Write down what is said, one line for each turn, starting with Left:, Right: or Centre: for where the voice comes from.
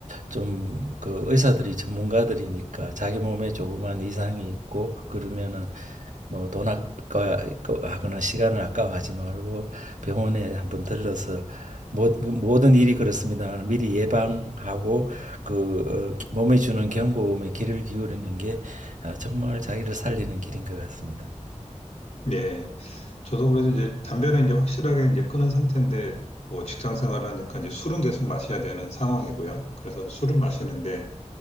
Right: 좀 그 의사들이 전문가들이니까 자기 몸에 조그만 이상이 있고 그러면은 뭐 돈 아까하거나 시간을 아까워하지 말고 병원에 한번 들러서 모, 모든 일이 그렇습니다만 미리 예방하고 그 어, 몸에 주는 경고음에 귀를 기울이는 게 아, 정말 자기를 살리는 길인 것 같습니다.
Left: 네. 저도 그래서 이제 담배는 이제 확실하게 이제 끊은 상태인데 뭐 직장 생활을 하니까 이제 술은 계속 마셔야 되는 상황이고요. 그래서 술은 마시는데